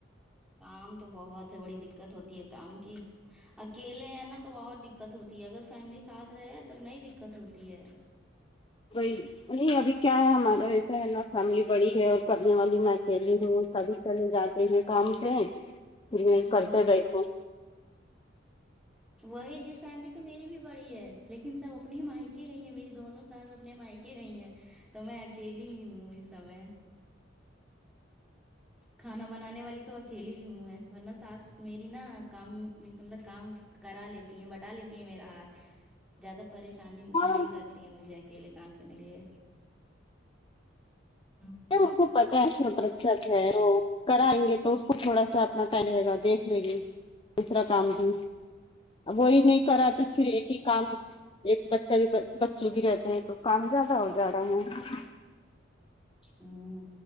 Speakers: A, in the centre; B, on the left.
A: کام تو بہت ہے بڑی دکت ہوتی ہے کام کی اکیلے ہیں نا تو اور دکت ہوتی ہے اگر فیملی ساتھ رہے تو نہیں دکت ہوتی ہے
B: وہی نہیں ابھی کیا ہے ہمارا ایسا ہے نا فیملی بڑی ہے اور کرنے والی میں اکیلی ہوں سبھی چلے جاتے ہیں کام پہھر وہ
A: ہوں
B: کرتے بیٹھے
A: وہی جیز فیملی تو میری بھی بڑی ہے لیکن سب اپنی مائکے گئی ہیں میری دونوں ساس اپنے مائکے گئی ہیں تو میں اکیلی ہی ہوں اس سمے کھانا بنانے والی تو اکیلی ہی ہوں ہے ورنہ ساس میری نا کام مطلب کام کرا لیتی ہے بٹا لیتی ہے میرا ہاتھ زیادہ پریشانی
B: ہاں
A: نہیں کر تی ہے مجھے اکیلے کام کرنے کے لیے ہ
B: پر انکو پتہ ہو رہا سچ ہے تو کرائیں گے تو اس کو تھوڑا سا اپنا کیا رہے گا دیکھ لے گی دوسرا کام بھی وہی نہیں کرا تو پھر ایک کام ایک بچہ بھی بچے بھی رہتے ہیں تو کام زیادہ ہو جا رہا ہے
A: ہوں